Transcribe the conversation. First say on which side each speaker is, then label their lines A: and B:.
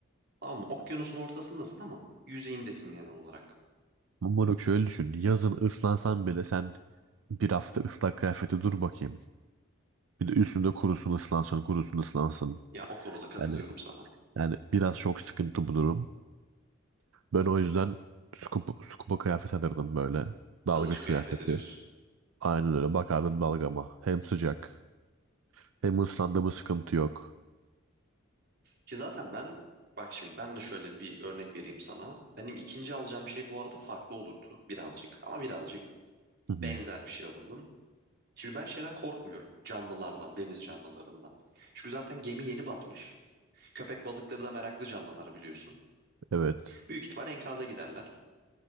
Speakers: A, on the right; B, on the right.
A: Tamam mı? Okyanusun ortasındasın ama yüzeyindesin genel olarak.
B: Ama bak şöyle düşün. Yazın ıslansan bile sen bir hafta ıslak kıyafeti dur bakayım. Bir de üstünde kurusun ıslansın, kurusun ıslansın.
A: Ya o konuda katılıyorum
B: Yani
A: sana.
B: yani biraz çok sıkıntı bu durum. Ben o yüzden scuba, scuba kıyafet alırdım böyle. Dalgıç
A: Dalış kıyafet
B: kıyafeti.
A: ediyorsun.
B: Aynen öyle bakardım dalgama. Hem sıcak Hem ıslandı sıkıntı yok.
A: Ki zaten ben bak şimdi ben de şöyle bir örnek vereyim sana. Benim ikinci alacağım şey bu arada farklı olurdu birazcık ama birazcık
B: Hı hı,
A: benzer bir şey alırdım. Şimdi ben şeyden korkmuyorum. Canlılardan, deniz canlılarından. Çünkü zaten gemi yeni batmış. Köpek balıkları da meraklı canlılar biliyorsun.
B: Evet.
A: Büyük ihtimal enkaza giderler.